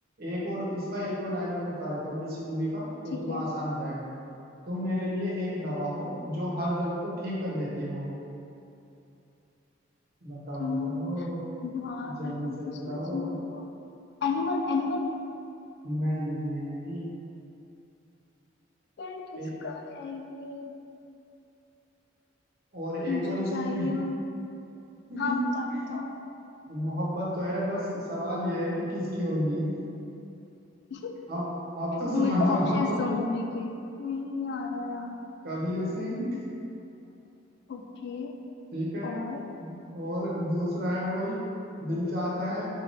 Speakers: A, on the right; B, on the left.
A: एक और इसका एक और डायलॉग बता देता हूँ मैं इसी मूवी का तो
B: ठीक
A: तुम्हें
B: है
A: आसान हो जाएगा तुम मेरे लिए एक दवा हो जो हर दर्द को ठीक कर देती हो बताओ
B: तुम
A: बताओ
B: यार
A: जल्दी
B: तुमको
A: से बताओ
B: सोचने दो Animal Animal
A: नहीं नहीं नहीं
B: फिर किसका
A: ए,
B: है ये
A: और एक
B: मुझे
A: और इसी
B: चाहिए
A: मूवी
B: हो-
A: <laughs>
B: हाँ बताओ बताओ
A: मोहब्बत तो है बस सवाल यह है कि किसकी होगी
B: <laughs>
A: आप आप
B: तुम
A: तो समझ
B: मेरे को
A: जाओ
B: ऑप्शंस
A: <laughs>
B: दो मूवी के नहीं आ रहा यार
A: कबीर सिंह
B: ओके
A: ठीक है
B: और
A: और दूसरा है वही दिल चाहता है